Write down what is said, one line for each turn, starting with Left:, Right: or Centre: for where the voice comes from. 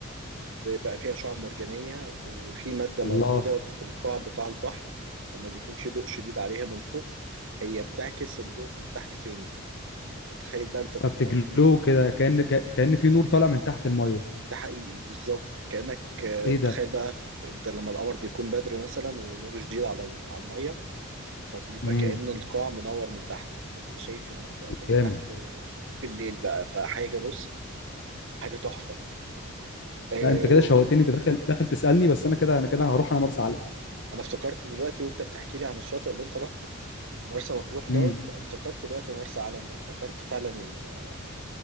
Right: وبقى فيها شعاب مرجانية وفي مادة موجودة
Left: الله
Right: في القاع بتاع البحر لما بيكون في ضوء شديد عليها من فوق هي بتعكس الضوء من تحت تاني تتخيل بقى انت
Left: فبتجلو
Right: بتبقى في
Left: كده كأن كأن في نور طالع من تحت الميه
Right: ده حقيقي بالظبط كأنك آه،
Left: ايه
Right: تخيل
Left: ده
Right: بقى في انت لما القمر بيكون بدر مثلا ونور شديد على ال- على المية فبيبقى
Left: امم
Right: كأن القاع منور من تحت انت شايف المخلوقات اللي
Left: جامد
Right: تحت آه، بالليل بقى فحاجة بص حاجة تحفة آه،
Left: لا انت كده
Right: و-
Left: شوقتني انت داخل داخل تسالني بس انا كده انا كده هروح انا مرسى علم
Right: انا افتكرت دلوقتي وانت بتحكي لي عن الشاطئ اللي انت روحته ومرسى مطروح دوت
Left: امم
Right: افتكرت دلوقتي مرسى علم وافتكرت فعلا ال-